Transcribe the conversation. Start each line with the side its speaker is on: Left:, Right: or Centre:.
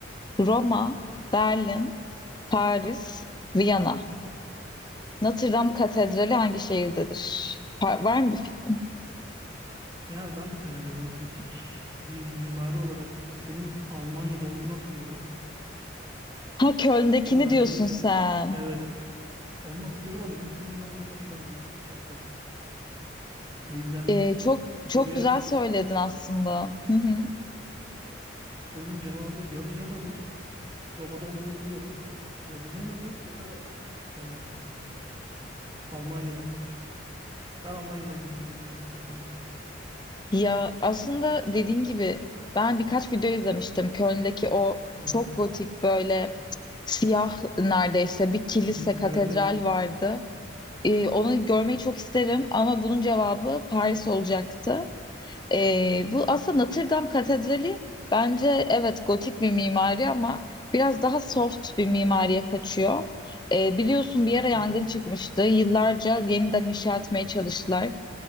Left: Roma, Berlin, Paris, Viyana. Notre Dame Katedrali hangi şehirdedir? Pa- Var mı bir fikrin?
Right: Ya ben e, böyle gotik bir mimari olarak kilisenin Almanya'da olduğunu hatırlıyorum.
Left: Ha Köln'dekini
Right: Ama belki
Left: diyorsun sen.
Right: evet onu hatırlıyorum ama onun isminin ne olduğunu hatırlamıyorum şahsen. O yüzden
Left: Ee, çok
Right: bu soruya
Left: çok güzel söyledin aslında. Hı hı.
Right: sorunun cevabı ya Viyana'dır. Roma'da olmadığını biliyorum. Ya Viyana'dır ya da e, Almanya'dır. Ben Almanya'dan yana kullanıyorum cevap hakkımı.
Left: Ya aslında dediğin gibi ben birkaç video izlemiştim. Köln'deki o
Right: Hı
Left: çok
Right: hı.
Left: gotik böyle siyah neredeyse bir kilise,
Right: Hı hı.
Left: katedral
Right: Evet evet.
Left: vardı. Ee, onu görmeyi çok isterim ama bunun cevabı Paris olacaktı. Ee, bu aslında Notre Dame Katedrali bence evet gotik bir mimari ama biraz daha soft bir mimariye kaçıyor. Ee, biliyorsun bir ara
Right: Hı
Left: yangın
Right: hı.
Left: çıkmıştı. Yıllarca yeniden inşa etmeye çalıştılar.